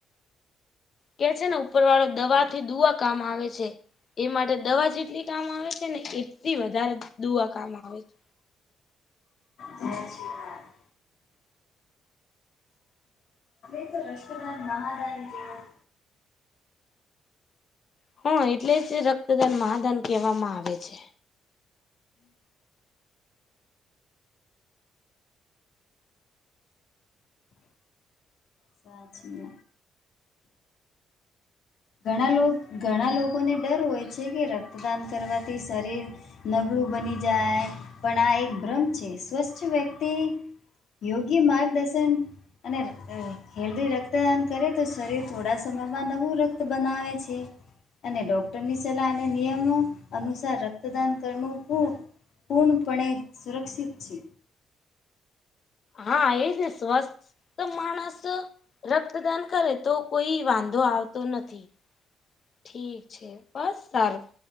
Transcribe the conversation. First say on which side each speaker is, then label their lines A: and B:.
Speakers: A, on the left; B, on the left.
A: કે છે ને ઉપર વાળો દવા થી દુઆ કામ આવે છે એ માટે દવા જેટલી કામ આવે છે ને એટલી વધારે દુઆ કામ આવે છે
B: સાત શ્રી રષ્લાલ મહજાય જેવું
A: હા એટલે જ રક્તદાન મહાદાન કહેવામાં આવે છે
B: સ છી ઘણા લોકો ઘણા લોકોને ડર હોય છે કે રક્તદાન કરવાથી શરીર નબળું બની જાય પણ આ એક ભ્રમ છે સ્વચ્છ વ્યક્તિ યોગી માર્ગદર્શન અને હેલ્ધી રક્તદાન કરે તો શરીર થોડા સમયમાં નવું રક્ત તો બનાવેે છે અને ડોક્ટરની સલાહ અને નિયમો અનુસાર રક્તદાન કરું પૂર્ણપણે સુરક્ષિત છે
A: હા એ જ સ્વસ્ તો માણસ રક્તદાન કરે તો કોઈ વાંધો આવતો નથી ઠીક છે બસ સારું